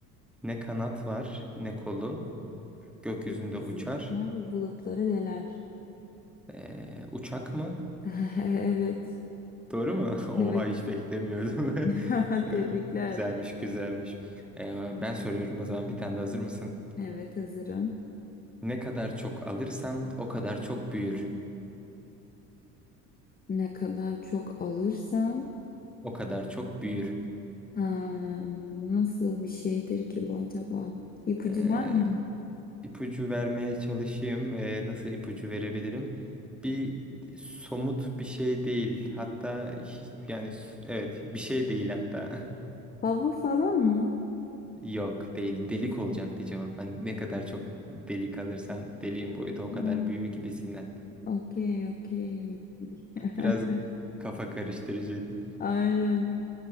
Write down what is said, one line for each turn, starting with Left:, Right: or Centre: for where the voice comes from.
Centre: Ne kanat var, ne kolu. Gökyüzünde
Left: Gökyüzünde
Centre: uçar.
Left: uçar bulutları deler.
Centre: Ee, uçak mı?
Left: <laughs> Evet,
Centre: Doğru mu? <laughs> Oha
Left: evet.
Centre: hiç beklemiyordum. <laughs>
Left: <laughs>
Centre: Ee,
Left: Tebrikler.
Centre: Güzelmiş, güzelmiş. Ee, ben soruyorum o zaman bir tane de hazır mısın?
Left: Evet hazırım.
Centre: Ne kadar çok alırsan o kadar çok büyür.
Left: Ne kadar çok alırsan
Centre: O kadar çok büyür.
Left: Ha, nasıl bir şeydir ki bu acaba? İpucu
Centre: Ee,
Left: var mı?
Centre: ipucu vermeye çalışayım. Ee, nasıl ipucu verebilirim? Bir somut bir şey değil. Hatta hiç, yani s- evet bir şey değil hatta.
Left: Hava falan mı?
Centre: <laughs> Yok değil. Delik olacaktı cevap. Hani ne kadar çok delik alırsan deliğin boyutu o
Left: Ha,
Centre: kadar büyür gibisinden.
Left: Okey, okey. <laughs>
Centre: Biraz kafa karıştırıcıydı.
Left: Aynen.